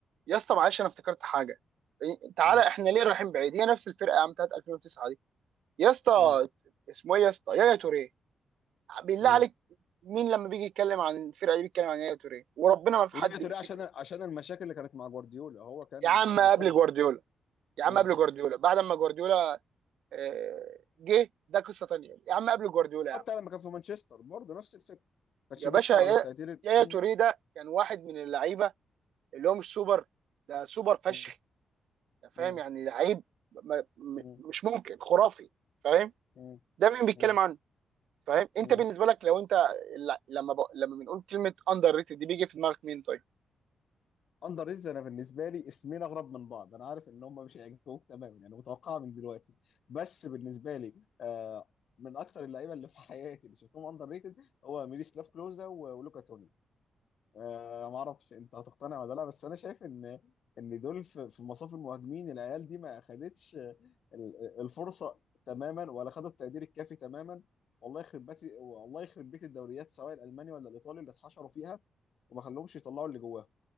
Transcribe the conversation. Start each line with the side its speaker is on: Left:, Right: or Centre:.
Right: يا اسطى معلش انا افتكرت حاجه إيه، تعالى
Left: مم.
Right: احنا ليه رايحين بعيد هي نفس الفرقه يا عم بتاعت 2009 يا اسطى
Left: مم.
Right: اسمه ايه يا اسطى يايا توريه بالله
Left: مم.
Right: عليك مين لما بيجي يتكلم عن الفرقه دي بيتكلم عن يايا توريه وربنا ما في
Left: يعني
Right: حد
Left: تقريبا
Right: بيفتكره
Left: عشان عشان المشاكل اللي كانت مع جوارديولا هو كان
Right: يا عم
Left: مصمم
Right: قبل جوارديولا يا
Left: مم.
Right: عم قبل جوارديولا بعد ما جوارديولا آه، جه ده قصه تانيه يا عم قبل جوارديولا
Left: وحتى
Right: يا عم
Left: لما كان في مانشستر برضه نفس الفكره ما
Right: يا
Left: كانش بيحصل
Right: باشا يا-
Left: على التقدير ال-
Right: يايا
Left: مم.
Right: توريه ده كان واحد من اللعيبه اللي هو مش سوبر ده سوبر
Left: مم.
Right: فشخ أنت فاهم
Left: مم.
Right: يعني لعيب ما- م-
Left: مم.
Right: مش ممكن خرافي فاهم
Left: مم.
Right: ده مين بيتكلم
Left: مم.
Right: عنه فاهم
Left: مم.
Right: انت بالنسبه لك لو انت ل- لما ب... لما بنقول كلمه اندر ريتد دي بيجي في دماغك مين طيب
Left: اندر ريتد انا بالنسبه لي اسمين اغرب من بعض انا عارف ان هم مش هيعجبوك تماما يعني متوقعه من دلوقتي بس بالنسبه لي آه من اكتر اللعيبه اللي في حياتي اللي شفتهم اندر ريتد هو ميريسلاف كلوزا و- ولوكا توني آه ما اعرفش انت هتقتنع ولا لا بس انا شايف ان ان دول في في مصاف المهاجمين العيال دي ما خدتش آه، ال- الفرصه تماما ولا خدت التقدير الكافي تماما والله يخرب بيت والله يخرب بيت الدوريات سواء الالماني ولا الايطالي اللي اتحشروا فيها وما خلوهمش يطلعوا اللي جواهم